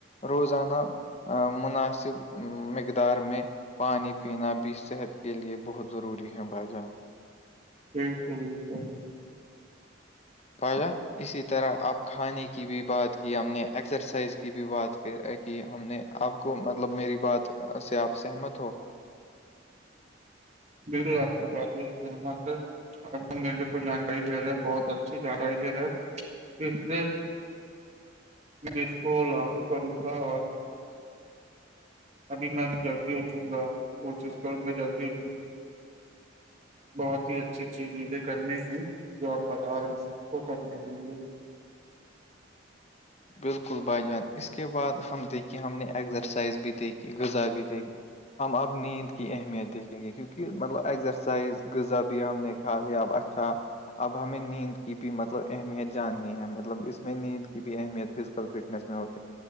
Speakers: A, on the left (about 35°); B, on the right (about 35°).
A: روزانہ مناسب مقدار میں پانی پینا بھی صحت کے لیے بہت ضروری ہے بھائی جان
B: جییک ہیک
A: بیاہ اسی طرح اب کھانے کی بھی بات کی ہم نے ایکسرسائز کی بھی بات کی ہم نے آپ کو مطلب میری بات سے آپ سہمت ہو
B: میرو آپ کی بات رہ سر آ میرے کو جانکاری دے رہے ہیں بہت اچھی جانکاری دے رہے اس سے اسسک لگو کروں گا اور ابھی میں جلدی اٹھوں گا کوشش کروں گا جلدی اٹھوں گ بہت ہی اچھی اچھیز چیزیں کرنے سے جواب بتاا رہے اس کو کرنے کے لیے
A: بالکل بھائی جان اس کے بعد ہم دیکھے ہم نے ایگزرسائز بھی دیکھی غذا بھی دیکھی ہم اپ نیند کی اہمیت دیکھیں گے کیونکہ مطلب ایزرسائز غذا بھی ہم نے خاصیاب اچھا اب ہمیں نیند کی بھی مطلب اہمیت جاننی ہے مطلب اس میں نیند کی بھی اہمیت فزیکل فٹنس میں ہوتے